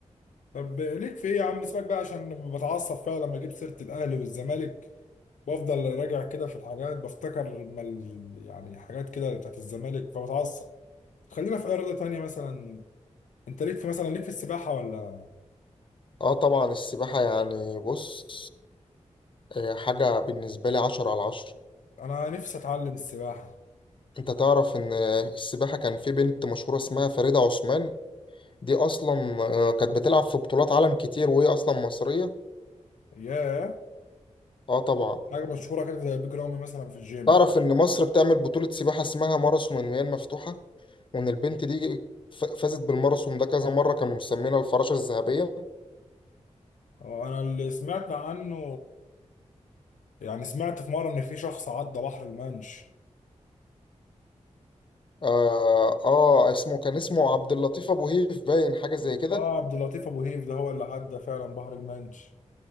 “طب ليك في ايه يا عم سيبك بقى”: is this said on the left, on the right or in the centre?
Left